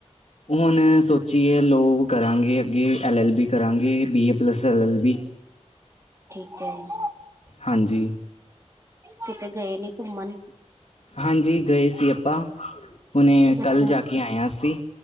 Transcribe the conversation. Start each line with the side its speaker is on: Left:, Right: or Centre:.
Left: ਹੁਨ ਸੋਚੀਏ ਲੋ ਕਰਾਂਗੇ ਅੱਗੇ ਐੱਲ ਐੱਲ ਬੀ ਕਰਾਂਗੇ ਬੀ । Plus L L B.
Right: ਅ। <inaudible>
Left: ਹਾਂਜੀ।
Right: ਕਿਤੇ ਗਏ ਨੀ ਘੁੰਮਨ।
Left: ਹਾਂਜੀ, ਗਏ ਸੀ ਆਪਾਂ। ਹੁਣੇ
Right: ਅੱਛਾ,
Left: ਕੱਲ ਜਾ ਕੇ ਆਏਆ ਅਸੀਂ।